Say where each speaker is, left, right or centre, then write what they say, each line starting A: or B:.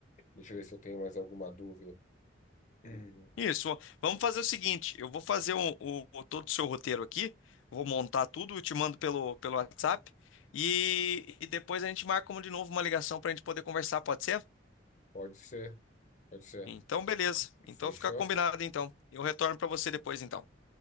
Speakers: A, on the left; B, on the left.
A: deixa eu ver se eu tenho mais alguma dúvida. Hum.
B: Isso. ó. Vamos fazer o seguinte: eu vou fazer o, o- o- todo o seu roteiro aqui, vou montar tudo, eu te mando pelo, pelo WhatsApp e, e depois a gente marca de novo uma ligação para a gente poder conversar, pode ser?
A: Pode ser, pode ser.
B: Então, beleza. Então
A: Fechou?
B: fica combinado, então. Eu retorno para você depois, então.